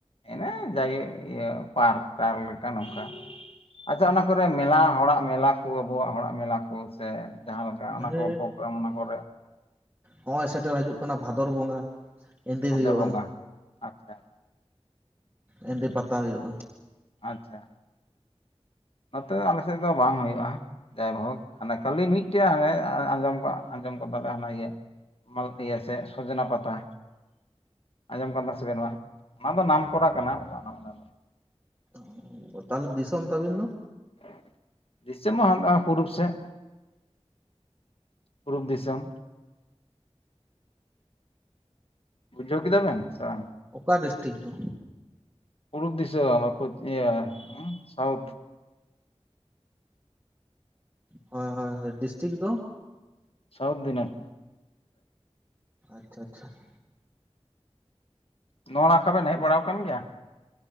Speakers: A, on the left; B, on the right.
A: ᱮᱱᱮ ᱮᱸ ᱡᱟᱜᱮ ᱤᱭᱟᱹ ᱯᱟᱨ ᱠ ᱴᱟᱨ ᱠ ᱞᱮᱠᱟ ᱱᱚᱝᱠᱟ ᱾ ᱟᱪᱪᱷᱟ, ᱚᱱᱟ ᱠᱚᱨᱮ ᱢᱮᱞᱟ ᱦᱚᱲᱟᱜ ᱢᱮᱞᱟ ᱠᱚ ᱟᱵᱚᱣᱟᱜ ᱦᱚᱲᱟᱜ ᱢᱮᱞᱟ ᱠᱚ ᱥᱮ, ᱡᱟᱦᱟᱸ ᱞᱮᱠᱟ ᱚᱱᱟ
B: ᱦᱮᱸ
A: ᱠᱚ ᱯᱳᱜᱨᱟᱢ ᱚᱱᱟ ᱠᱚᱨᱮ?
B: ᱦᱚᱸᱜᱼᱚᱸᱭ ᱥᱮᱴᱮᱨ ᱦᱤᱡᱩᱜ ᱠᱟᱱᱟ ᱵᱷᱟᱫᱚᱨ ᱵᱚᱸᱜᱟ ᱾ ᱮᱸᱫᱮᱹ
A: ᱵᱷᱟᱫᱚᱨ
B: ᱨᱜᱮ ᱵᱟᱝ,
A: ᱵᱚᱸᱜᱟ ᱟᱪᱪᱷᱟ
B: ᱮᱸᱫᱮᱹ ᱯᱟᱛᱟ ᱦᱳᱭᱳᱜᱼᱟ ᱾
A: ᱟᱪ-ᱪᱷᱟ ᱾ ᱱᱚᱛᱮ ᱟᱞᱮᱥᱮᱫ ᱫᱚ ᱵᱟᱝ ᱦᱳᱭᱩᱳᱜᱼᱟ ᱾ ᱡᱟᱭᱦᱳᱠ, ᱦᱟᱱᱮ ᱠᱷᱟᱹᱞᱤ ᱢᱤᱫᱴᱮᱡ ᱦᱟᱱᱮ ᱟᱸ-ᱳᱸ ᱟᱸᱡᱚᱢ ᱟᱸᱡᱚᱢ ᱠᱟᱫᱟᱞᱮ ᱦᱟᱱᱟ ᱤᱭᱟᱹ ᱾ ᱢᱟᱞᱛᱤᱭᱟᱹ ᱥᱮ ᱥᱚᱡᱽᱱᱟ ᱯᱟᱛᱟ ᱾ ᱟᱸᱡᱚᱢ ᱠᱟᱱ ᱛᱟᱦᱮᱱ ᱥᱮᱵᱮᱱ ᱵᱟᱝ? ᱚᱱᱟ ᱫᱚ ᱱᱟᱢᱠᱚᱨᱟ ᱠᱟᱱᱟ ᱾
B: ᱪᱷᱚ-ᱨ-ᱨ-ᱨ-ᱲ, ᱛᱟᱦᱞᱮ ᱫᱤᱥᱚᱢ ᱛᱟᱵᱤᱱ ᱫᱚ?
A: ᱴᱷᱚᱜ, ᱫᱤᱥᱚᱢ ᱢᱟ ᱚᱱᱟ ᱯᱩᱨᱩᱵ ᱥᱮᱫ ᱾ ᱯᱩᱨᱩᱵ ᱫᱤᱥᱚᱢ ᱾ ᱵᱩᱡᱷᱟᱹᱣ ᱠᱮᱫᱟ ᱵᱮᱱ, ᱥᱮ ᱵᱟᱝ?
B: ᱚᱠᱟ ᱰᱤᱥᱴᱤᱠ ᱫᱚ?
A: ᱯᱩᱨᱩᱵ ᱫᱤᱥᱟᱹᱢ ᱟᱯᱚᱛ ᱤᱭᱟᱹ ᱥᱟᱣᱩᱛᱷ ᱾
B: ᱦᱚᱭ-ᱦᱚᱭ-ᱦᱚᱭ ᱰᱤᱥᱴᱤᱠ ᱫᱚ?
A: ᱥᱟᱣᱩᱛ ᱫᱤᱱᱟᱡᱽ
B: ᱟᱪᱪᱷᱟ -ᱟᱪᱪᱷᱟ-ᱪᱷᱟ ᱾
A: ᱱᱚᱣᱟ ᱱᱟᱠᱷᱟ ᱵᱮᱱ ᱦᱮᱡ ᱵᱟᱲᱟᱣ ᱠᱟᱱ ᱜᱮᱭᱟ